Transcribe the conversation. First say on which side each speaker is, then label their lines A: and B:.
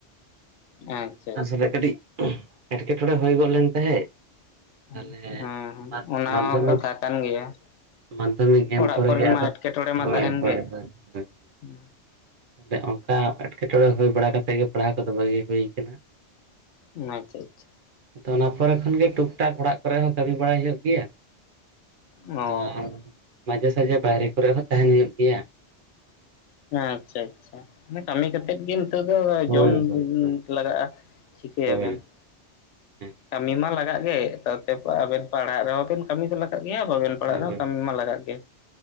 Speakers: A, on the left; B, on the right.
A: ᱮᱠ
B: ᱟᱥᱚᱞᱮ ᱠᱟᱹᱴᱤᱡ ᱮᱸᱴᱠᱮᱴᱚᱬᱮ ᱦᱩᱭ ᱜᱚᱫ ᱞᱮᱱ ᱛᱟᱦᱮᱸᱫ ᱾
A: ᱦᱮᱸ
B: ᱛᱟᱦᱚᱞᱮ
A: ᱦᱮᱸ
B: ᱢᱟᱫᱷ
A: ᱚᱱᱟ
B: ᱢᱟᱫᱽᱫᱷᱚᱢᱤᱠ
A: ᱦᱚᱸ ᱠᱟᱛᱷᱟ ᱠᱟᱱ ᱜᱮᱭᱟ
B: ᱢᱟᱫᱽᱫᱷᱚᱢᱤᱠ
A: ᱚᱲᱟᱜ
B: ᱮᱢ ᱯᱚᱨᱮ
A: ᱠᱚᱨᱮᱱ
B: ᱜᱮ
A: ᱢᱟ
B: ᱟᱫᱚ
A: ᱮᱴᱠᱮᱴᱚᱬᱮ ᱢᱟ
B: ᱦᱚᱭ
A: ᱛᱟᱦᱮᱱ
B: ᱦᱚᱭ
A: ᱜᱮ᱾
B: ᱦᱚᱭ ᱦᱚᱭ ᱾
A: ᱦᱩᱸ
B: ᱛᱟᱦᱞᱮ ᱚᱱᱠᱟ ᱮᱸᱴᱠᱮᱴᱚᱬᱮ ᱦᱩᱭ ᱵᱟᱲᱟ ᱠᱟᱛᱮᱜ ᱜᱮ ᱯᱟᱲᱦᱟᱣ ᱠᱚᱫᱚ ᱵᱟᱹᱜᱤ ᱦᱩᱭ ᱟᱠᱟᱱᱟ ᱾
A: ᱟᱪᱪᱷᱟ ᱟᱪᱪᱷᱟ ᱾
B: ᱟᱫᱚ ᱚᱱᱟ ᱯᱚᱨᱮ ᱠᱷᱚᱱ ᱜᱮ ᱴᱩᱠ ᱴᱟᱠ ᱚᱲᱟᱜ ᱠᱚᱨᱮ ᱦᱚᱸ ᱠᱟᱹᱢᱤ ᱵᱟᱲᱟᱭ ᱦᱩᱭᱩᱜ ᱜᱮᱭᱟ ᱾
A: ᱚ
B: ᱟᱨ ᱢᱟᱡᱷᱮ ᱥᱟᱡᱷᱮ ᱵᱟᱭᱨᱮ ᱠᱚᱨᱮ ᱦᱚᱸ ᱛᱟᱦᱮᱸᱱ ᱦᱩᱭᱩᱜ ᱜᱮᱭᱟ ᱾
A: ᱟᱪᱪᱷᱟ ᱟᱪᱪᱷᱟ, ᱚᱱᱮ ᱠᱟᱹᱢᱤ ᱠᱟᱛᱮᱜ ᱜᱮ ᱱᱤᱛᱚᱜ ᱫᱚ
B: ᱦᱳᱭ
A: ᱡᱚᱢ
B: ᱦᱳᱭ ᱦᱳᱭ
A: ᱞᱟᱜᱟᱜᱼᱟ, ᱪᱷᱤᱠᱟᱹᱭᱟᱵᱮᱱ
B: ᱦᱳᱭ
A: ᱾
B: ᱦᱮᱸ ᱾
A: ᱠᱟᱹᱢᱤ ᱢᱟ ᱞᱟᱜᱟᱜ ᱜᱮ ᱛᱟᱭᱚᱢ ᱛᱮ ᱟᱹᱵᱮᱱ ᱯᱟᱲᱦᱟᱜ ᱨᱮᱦᱚᱸ ᱵᱮᱱ ᱠᱟᱹᱢᱤ ᱫᱚ ᱞᱟᱜ ᱜᱟ ᱜᱮᱭᱟ ᱵᱟᱹᱵᱮᱱ ᱯᱟᱲᱦᱟᱜ
B: ᱟᱫᱚ
A: ᱨᱮᱦᱚᱸ ᱠᱟᱹᱢᱤ ᱢᱟ ᱞᱟᱜᱟᱜ ᱜᱮ